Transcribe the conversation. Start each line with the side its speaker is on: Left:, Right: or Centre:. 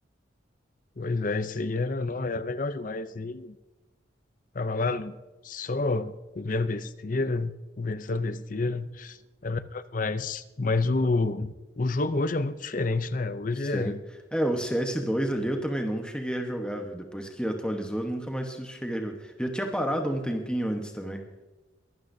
Left: pois é, isso aí era, não, era legal demais. E aí, tava lá no- só comendo besteira, conversando besteira. É legal demais. Mas o, o jogo hoje é muito diferente, né? Hoje
Centre: Sim.
Left: é.
Centre: É, o cs dois ali eu também não cheguei a jogar, viu? Depois que atualizou, eu nunca mais cheguei a jogar. Já tinha parado há um tempinho antes também.